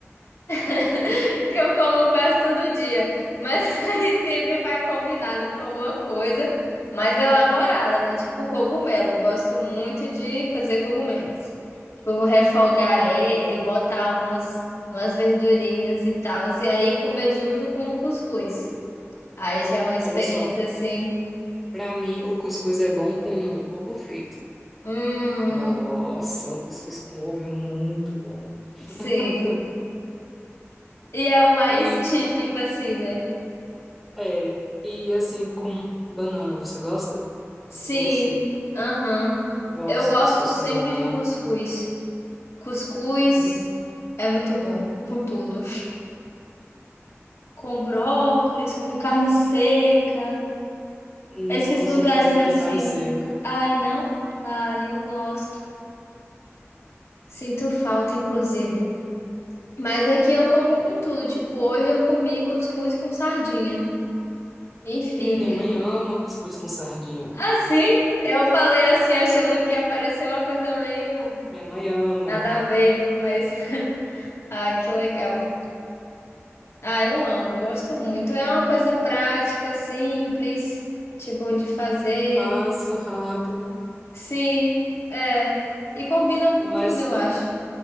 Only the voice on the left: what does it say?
<laughs> que eu como quase todo dia. Mas <laughs> aí sempre vai combinado com alguma coisa mais elaborada, né? Tipo cogumelo. Eu Gosto muito de fazer cogumelos. Tipo, refogar
ele, botar umas, umas verdurinhas e tal, e aí comer junto com o cuscuz. Aí já é uma experiência
assim.
Hum,
sim. E é o mais
típico, assim, né?
Sim.
Aham.
Eu gosto
sempre
de cuscuz. Cuscuz
é muito bom, com tudo. Com brócolis, com carne seca,
esses lugares
assim.
Ai, não? Ai, eu gosto. Sinto falta, inclusive. Mas aqui eu como com tudo. Tipo, hoje eu comi cuscuz com sardinha. Enfim.
Assim, eu falei assim, achando que ia parecer uma coisa meio
nada a ver, mas ai, que legal. Ah, eu amo, gosto muito. É uma coisa prática, simples, tipo, de fazer.
Sim, é. E combina com
tudo, eu acho.